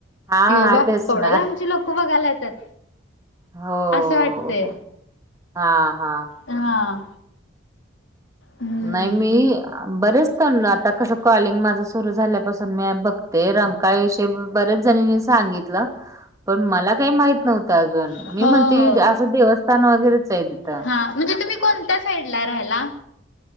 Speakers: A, on the right; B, on the left.
A: हा
B: किंवा बाबा
A: तेच
B: एवढ्या
A: ना
B: लांबची लोक बघायला यत्यात.
A: हो
B: असं वाटतय,
A: हो हा हा
B: हा. हम्म
A: नाही मी बरेच तण आता कसं, कॉलिंग माझं सुरू झाल्यापासून मी बघते, रं काळविषयी बऱ्याच जनीनी सांगितलं पण मला काही माहित नव्हतं अजून,
B: हो
A: मी म्हणते
B: हो
A: असं देवस्थान वगैरेच आहे तिथं.
B: हा म्हणजे तुम्ही कोणत्या साईडला राहायला?